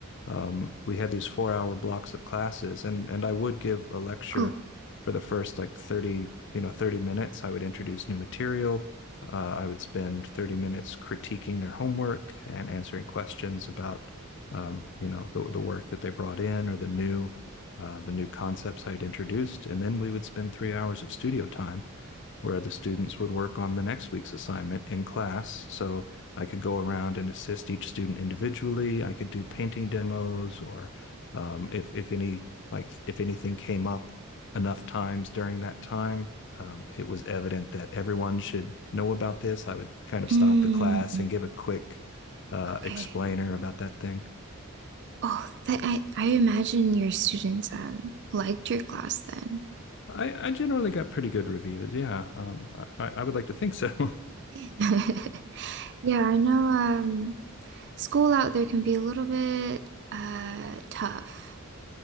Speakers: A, on the left (about 55°); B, on the right (about 50°).
A: um, we had these four hour blocks of classes and and I would give a lecture
B: Oh,
A: for the first like 30 you know 30 minutes I would introduce new material uh, I would spend 30 minutes critiquing their homework and answering questions about um, you know the, the work that they brought in or the new uh, the new concepts I had introduced and then we would spend three hours of studio time where the students would work on the next week's assignment in class. So I could go around and assist each student individually. I could do painting demos or um, if, if any like if anything came up enough times during that time, um, it was evident that everyone should know about this. I would kind of
B: mm,
A: stop the class and give a quick uh,
B: okay.
A: explainer about that thing.
B: Oh, that I I imagine your students um liked your class then.
A: I, I generally got pretty good reviews. Yeah, um, I, I would like to think so. <laughs>
B: <laughs> Yeah, I know um school out there can be a little bit uh tough.